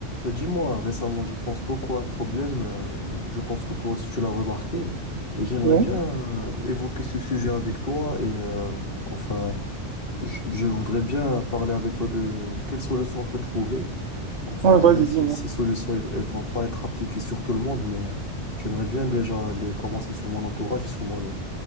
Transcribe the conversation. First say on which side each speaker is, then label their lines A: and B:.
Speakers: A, on the left; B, on the right.
A: Euh, Dis-moi, récemment, je pense beaucoup à un problème. euh, je pense que toi aussi, tu l'as remarqué. Et j'aimerais
B: Ouais,
A: bien euh, évoquer ce sujet avec toi. Et euh, enfin, je, je voudrais bien parler avec toi de quelles solutions on peut trouver. Enfin,
B: Ouais, vas-y,
A: même si
B: dis-moi.
A: ces solutions, elles, elles vont pas être appliquées sur tout le monde, mais euh, j'aimerais bien déjà les commencer sur mon entourage et sur moi-même.